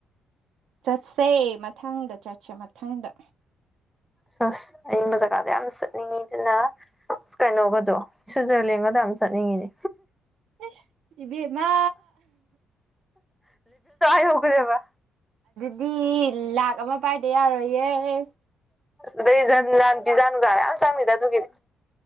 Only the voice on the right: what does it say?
ꯆꯠꯁꯦ ꯃꯊꯪꯗ ꯆꯠꯁꯦ ꯃꯊꯪꯗ
ꯏꯁ ꯏꯕꯦꯝꯃ
ꯃꯤ ꯂꯥꯛ ꯑꯃ ꯄꯥꯏꯗ ꯌꯥꯔꯣꯏꯌꯦ